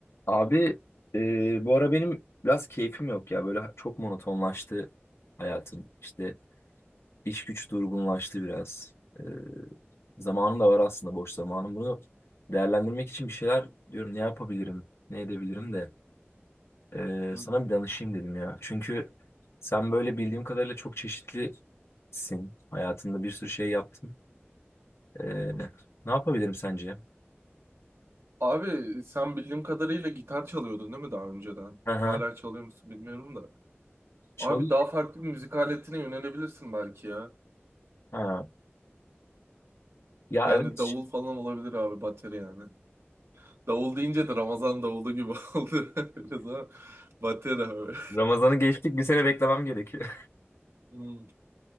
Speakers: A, on the left; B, on the right.
A: Abi e, bu ara benim biraz keyfim yok ya. Böyle çok monotonlaştı hayatım. İşte iş güç durgunlaştı biraz. E, zamanım da var aslında boş zamanım. Bunu değerlendirmek için bir şeyler diyorum ne yapabilirim, ne edebilirim de e,
B: Hı
A: sana bir danışayım dedim ya. Çünkü sen böyle bildiğim kadarıyla çok çeşitlisin. Hayatında bir sürü şey yaptın. E,
B: hı hı.
A: ne yapabilirim sence?
B: Abi sen bildiğim kadarıyla gitar çalıyordun değil mi daha önceden?
A: Hı hı.
B: Hala çalıyor musun bilmiyorum da.
A: Çalı-
B: Abi daha farklı bir müzik aletine yönelebilirsin belki ya.
A: Ha. Ya
B: Yani
A: evet
B: davul falan olabilir abi bateri yani. Davul deyince de Ramazan davulu gibi <laughs> oldu. Biraz ama bateri abi. <laughs>
A: Ramazan'ı geçtik bir sene beklemem gerekiyor.
B: Hmm.